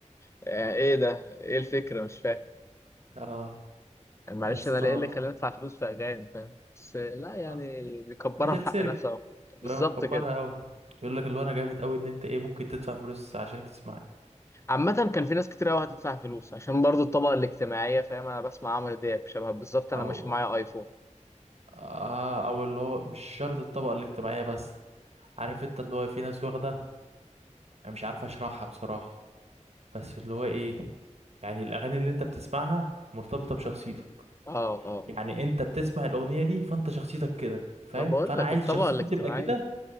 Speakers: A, on the left; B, on the right.
A: يعني إيه ده إيه الفكرة مش فاهم
B: اه
A: يعني معلش
B: يا اسطى
A: أنا ليه إيه اللي خلاني أدفع فلوس في أغاني فاهم بس لا يعني
B: آه،
A: بيكبرها
B: هتتسرق
A: في حق نفسه أوي.
B: بقى
A: بالظبط
B: مكبرها
A: كده
B: قوي يقول لك اللي هو انا جامد قوي ان انت ايه ممكن تدفع فلوس عشان تسمعني
A: عامة كان في ناس كتير قوي هتدفع فلوس عشان برضو الطبقة الاجتماعية فاهم انا بسمع عمرو دياب شبه بالظبط انا
B: او
A: ماشي معايا ايفون
B: اه او اللي هو مش شرط الطبقه الاجتماعيه بس عارف انت اللي هو في ناس واخده انا مش عارف اشرحها بصراحه بس اللي هو ايه يعني الاغاني اللي انت بتسمعها مرتبطه بشخصيتك
A: اه اه
B: يعني انت بتسمع الاغنيه دي فانت شخصيتك كده فاهم
A: ما بقول
B: فانا
A: لك
B: عايز
A: الطبقة
B: شخصيتي
A: الاجتماعية
B: تبقى كده